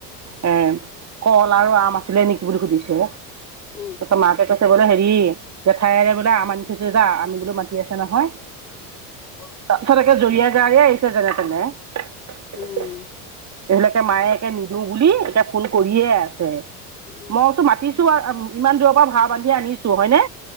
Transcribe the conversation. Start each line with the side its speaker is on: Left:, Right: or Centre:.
Right: উম', কল আৰু আম আছিলে নিকি বুলি সুধিছে
Left: উম
Right: তাৰপিছত মাকে কৈছে বোলে হেৰি জেঠাইৰে বোলে আম আনি থৈছে যা আনিবলৈ মাতি আছে নহয়।
Left: অ
Right: <unintelligible>
Left: উম
Right: এইহিলাকে মায়ে একে নিদিওঁ বুলি এয়া ফোন কৰিয়ে আছে
Left: উম,
Right: মইচো মাতিছো ইমান দূৰৰ পৰা ভা ব্ধধি আনিছোঁ হয়নে